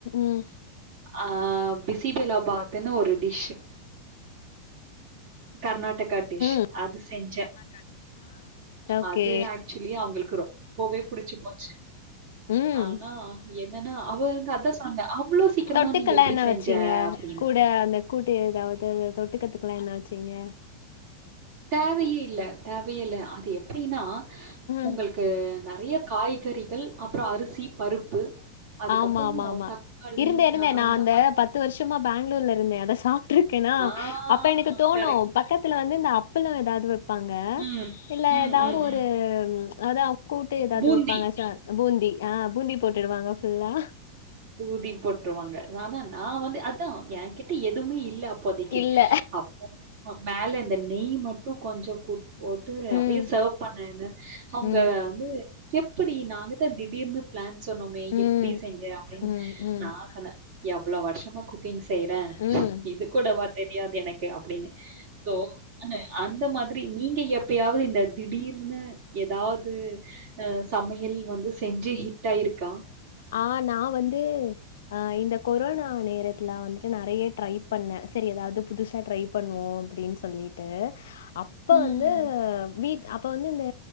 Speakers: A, on the left; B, on the right.
A: ம் ம்
B: ஆ பிசிபெல்லா பாத்ன்னு ஒரு டிஷ் கர்நாடகா டிஷ்
A: ம்
B: அது செஞ்ச
A: நா ஓகே
B: அது ஆக்சுவலி அவங்களுக்கு ரொம்பவே புடிச்சு போச்சு
A: ம்
B: ஆனா என்னன்னா அவங்க அதா சொ பாங்க அவ்ளோ சீக்கிரமா
A: தொட்டுக்கெல்லா
B: நீ எப்டி
A: என்ன
B: செஞ்ச
A: பிடிச்ச வச்சீங்க
B: அப்டின்னு
A: கூட அந்த கூட்டு ஏதாவது தொட்டுகறதுக்கெல்லா என்ன வச்சீங்க
B: தேவையே இல்ல தேவையே இல்ல அது எப்டின்னா உங்களுக்கு
A: ம்
B: நெறைய காய் கறிகள் அப்புறோ அரிசி பருப்பு அதுக்கப்புறம்
A: ஆமா ஆமா ஆமா
B: தக்காளி
A: இருந்தே இருந்தே
B: அ
A: நா அந்த
B: மாதிரி
A: பத்து வருஷமா பெங்களூர்ல இருந்தே அத சாப்பிட்டுருக்கே
B: ஆ
A: அப்ப எனக்கு தோணு
B: கரெக்ட்.
A: பக்கத்துல வ ந்து இந்த அப்பள ஏதாது வெப்பாங்க
B: ம்.
A: இல்ல
B: ம்,
A: ஏதாவது
B: ம், ம்.
A: ஒரு அதா கூட்டு ஏதாது
B: பூந்தி
A: வெப் பூந்தி ஆ பூந்தி போட்டுவாங்க ஃபுல்லா
B: பூந்தி போட்டுருவாங்க ஆனா நா வந்து அதா ஏ கிட்ட எதுவுமே இல்ல அப்போதைக்கி
A: இல்ல.
B: அப்போ அ மேல இந்த நெய் மட்டு கொஞ்ச கூ போட்டு அப்டியே
A: ம்.
B: சர்வ் பண்ண என்ன அவங்க
A: ம்.
B: வந்து எப்டி நாங்கதா திடீர்னு பிளான் சொன்னோமே
A: ம்.
B: எப்டி செஞ்சே அப்டின்னு
A: ம். ம்.
B: நா சொன்னே எவ்ளவு வருஷமா குக்கிங் செய்யறே
A: ம்.
B: இது கூடவா தெரியாது எனக்கு அப்டின்னு சோ அ அந்த மாதிரி நீங்க எப்ப வது இந்த திடீர்னு எதாது அ சமையல் வந்து செஞ்சு ஹிட்ட யிருக்கா
A: ஆ நா வந்து அ இந்த கொரோனா நேர துல வந்துட்டு நறைய ட்ரை பண்ணே சரி எதாது புதுசா ட்ரை பண்ணுவோ அப்டின் சொல்லிட்டு அப்ப
B: ம்.
A: வந்து வீட் அப்ப வந்து இந்த